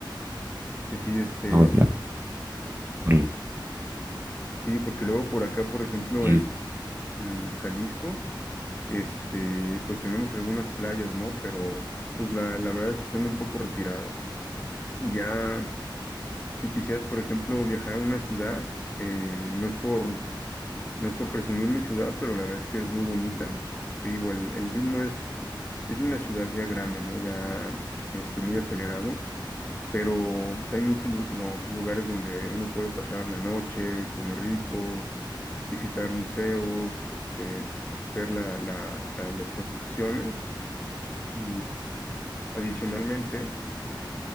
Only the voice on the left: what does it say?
Que sí, este,
sí, porque luego por acá, por ejemplo,
en, en Jalisco, este, pues tenemos algunas playas, ¿no? Pero pues la, la verdad es que están un poco retiradas. Y ya, si quisieras, por ejemplo, viajar a una ciudad, eh, no es por No es por presumir mi ciudad, pero la verdad es que es muy bonita. Te digo, el, el ritmo es, es de una ciudad ya grande, ¿no? Ya este, muy acelerado, pero pues, hay muchos lu- no, lugares donde uno puede pasar la noche, comer rico, visitar museos, este, ver la, la- la- las construcciones. Y adicionalmente,